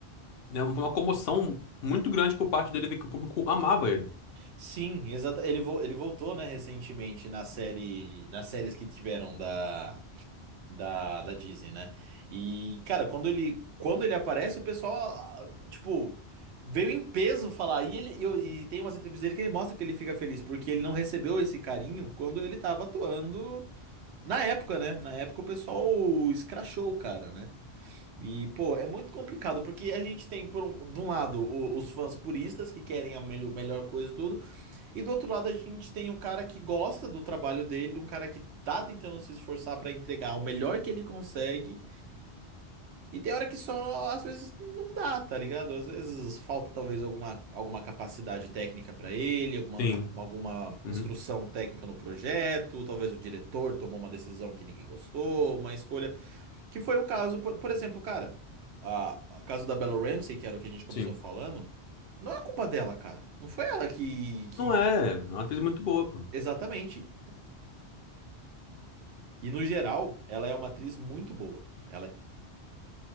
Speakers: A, on the left (about 65°); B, on the right (about 75°).
A: né, Foi uma comoção muito grande por parte dele ver que o público amava ele.
B: Sim, exata. Ele, vo- ele voltou, né, recentemente na série, nas séries que tiveram da, da, da Disney, né? E, cara, quando ele, quando ele aparece, o pessoal, ah, ah, tipo, veio em peso falar. E, ele, e, eu- e tem umas entrevistas dele que ele mostra que ele fica feliz, porque ele não recebeu esse carinho quando ele tava atuando. Na época, né? Na época o pessoal escrachou o cara, né? E, pô, é muito complicado, porque a gente tem, por um, de um lado, o- os fãs puristas que querem a melho- melhor coisa e tudo, e do outro lado a gente tem um cara que gosta do trabalho dele, um cara que tá tentando se esforçar pra entregar o melhor que ele consegue, e tem hora que só, às vezes, não dá, tá ligado? Às vezes falta talvez alguma, alguma capacidade técnica pra ele, alguma,
A: Sim.
B: cap- alguma
A: Uhum,
B: instrução técnica no projeto, talvez o diretor tomou uma decisão que ninguém gostou, uma escolha. Que foi o caso, por, por exemplo, cara, a, a caso da Bella Ramsey, que era o que a gente começou
A: Sim.
B: falando, não é culpa dela, cara. Não foi ela que, que...
A: Não é, é uma atriz muito boa, pô.
B: Exatamente. E no geral, ela é uma atriz muito boa. Ela